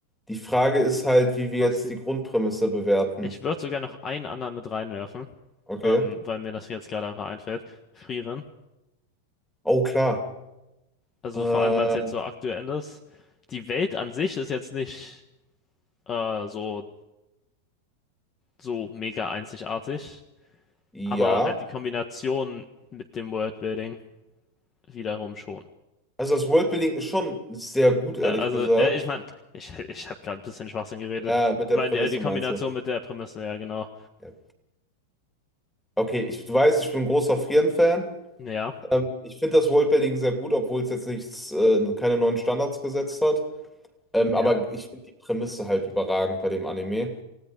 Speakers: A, in the centre; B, on the left.
A: Die Frage ist halt, wie
B: Was
A: wir jetzt
B: die,
A: die Grundprämisse bewerten.
B: ich würde sogar noch einen anderen mit reinwerfen,
A: Okay.
B: ähm, weil mir das jetzt gerade einfach einfällt. Frieren.
A: Oh, klar.
B: Also
A: Äh,
B: vor allem, weil es jetzt so aktuell ist. Die Welt an sich ist jetzt nicht äh, so, so mega einzigartig,
A: ja.
B: aber halt die Kombination mit dem Worldbuilding wiederum schon.
A: Also das Worldbuilding ist schon sehr gut, ehrlich
B: Äh, also,
A: gesagt.
B: äh, ich meine, ich, ich habe gerade ein bisschen Schwachsinn geredet.
A: Ja, mit
B: Ich
A: der
B: meine,
A: Prämisse
B: die, äh, die Kombination
A: meinst du.
B: mit der Prämisse, ja, genau.
A: Ja. Okay, ich, du weißt, ich bin ein großer Frieren-Fan.
B: Ja,
A: Ähm, ich finde das Worldbuilding sehr gut, obwohl es jetzt nichts, äh, keine neuen Standards gesetzt hat. Ähm,
B: ja,
A: aber ich finde die Prämisse halt überragend bei dem Anime.